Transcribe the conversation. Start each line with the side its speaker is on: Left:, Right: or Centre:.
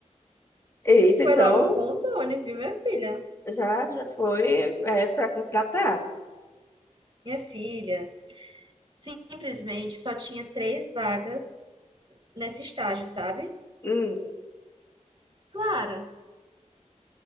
Left: Eita,
Right: foi
Left: então
Right: logo com o Tony, viu, minha filha?
Left: já, já foi é, para contratar.
Right: Minha filha. Simplesmente só tinha três vagas nesse estágio, sabe?
Left: Hum.
Right: Claro,